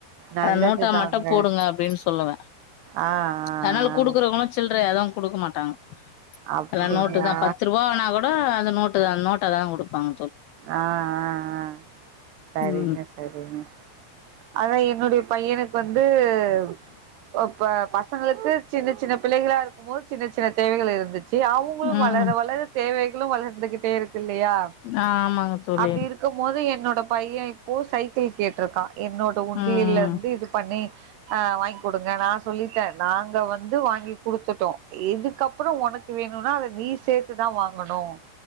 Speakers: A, on the right; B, on the left.
A: நல்லதுதாங்க
B: அத நோட்டா மட்டும் போடுங்க அப்படின்னு சொல்லுவேன்
A: ஆ ஆ
B: அதனால
A: ஆ
B: கொடுக்கறவங்களும் ச எதுவும் கொடுக்க மாட்டாங்க
A: அப்டிங்களா
B: எல்லாம் நோட்டு தான் பத்து ரூபானா கூட அந்த நோட்டு நோட்ட தான் கொடுப்பாங்க
A: ஆஹ் ஆஹ் ஆஹ் சரிங்க
B: ம்.
A: சரிங்க அதான் என்னுடைய பையனுக்கு வந்துப்பச பசங்களுக்கு சின்ன சின்ன பிள்ளைகளா இருக்கும் போது சின்ன சின்ன தேவைகள் இருந்துச்சு ச அவங்களும்
B: ம்.
A: வளர வளர தேவை வளர்ந்துகிட்டே இருக்கு இல்லையா
B: ஆமாங்க தோழி.
A: அப்படி இருக்கும் போது என்னோட பைய இப்போ சக்கிள் கேட்டிருக்கான் என்னோட உண்டியிலருந்து
B: ம்.
A: இது பண்ணி ஹா வாங்கி் கொடுங்க நா சொல்லிட்டேன் நாங்க வந்து வாங்கி குடுத்துட்டோம் எதுக்கப்பறம் உனக்கு வேணும்னா அதை நீ சேர்த்துதான் வாங்கணும்